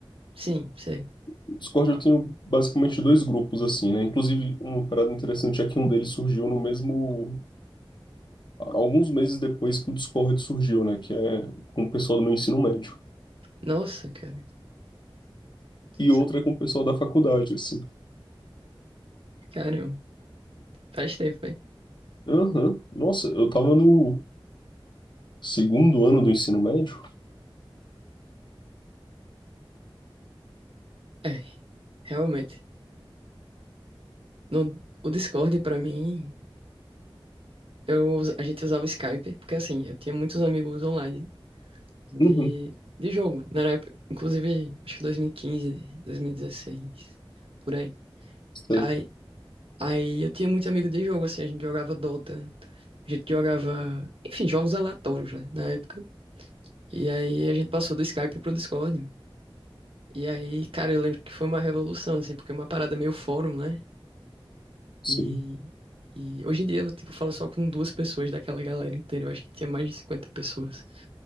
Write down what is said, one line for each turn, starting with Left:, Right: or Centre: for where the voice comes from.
Right: Sim, sei.
Left: O Discord eu tenho basicamente dois grupos assim, né? Inclusive, uma parada interessante é que um deles surgiu no mesmo... Alguns meses depois que o Discord surgiu, né? Que é com o pessoal do meu ensino médio.
Right: Nossa, cara.
Left: E
Right: Cê-
Left: outra é com o pessoal da faculdade, assim.
Right: Caramba, faz tempo, hein?
Left: Aham. Nossa, eu tava no Segundo ano do ensino médio?
Right: É, realmente. No, o Discord, pra mim, eu, us- a gente usava o Skype, porque assim, eu tinha muitos amigos online de,
Left: Uhum.
Right: de jogo, né? na época, Inclusive, acho que 2015, 2016, por aí.
Left: Sei,
Right: Aí, aí eu tinha muito amigo de jogo, assim, a gente jogava Dota, a gente jogava, enfim, jogos aleatórios, né? Na época. E aí a gente passou do Skype pro Discord. E aí, cara, eu lembro que foi uma revolução, assim, porque é uma parada meio fórum, né?
Left: sim.
Right: E, e hoje em dia eu, tipo, falo só com duas pessoas daquela galera inteira. Eu acho que tinha mais de cinquenta pessoas.